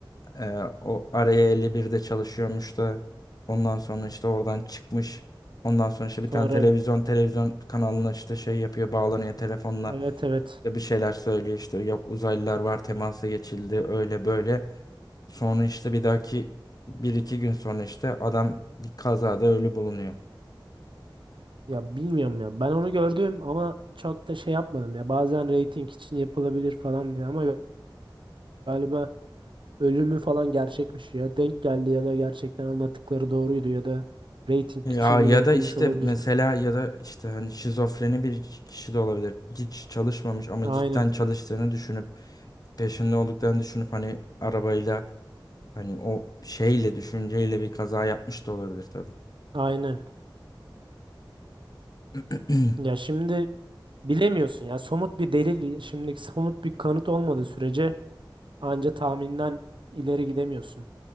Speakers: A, on the left; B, on the right.
A: Ee, o araya 51'de çalışıyormuş da ondan sonra işte oradan çıkmış. Ondan sonra işte
B: Sonra
A: bir tane televizyon televizyon kanalına işte şey yapıyor bağlanıyor telefonla
B: evet evet.
A: ve bir şeyler söylüyor işte yok uzaylılar var temasa geçildi öyle böyle. Sonra işte bir dahaki bir iki gün sonra işte adam bir kazada ölü bulunuyor.
B: Ya bilmiyorum ya. Ben onu gördüm ama çok da şey yapmadım ya. Bazen reyting için yapılabilir falan diye ama galiba ölümü falan gerçekmiş ya. Denk geldi ya da gerçekten anlattıkları doğruydu ya da reyting
A: Ya
B: için
A: ya
B: bile yapılmış
A: da işte
B: olabilir.
A: mesela
B: tabii.
A: ya da işte hani şizofreni bir kişi de olabilir. Hiç çalışmamış ama
B: Aynen.
A: cidden çalıştığını düşünüp peşinde olduklarını düşünüp hani arabayla Hani o şeyle düşünceyle bir kaza yapmış da olabilir tabii.
B: Aynen.
A: <clears throat>
B: Ya şimdi bilemiyorsun ya. Somut bir delil, şimdi somut bir kanıt olmadığı sürece Anca tahminden ileri gidemiyorsun.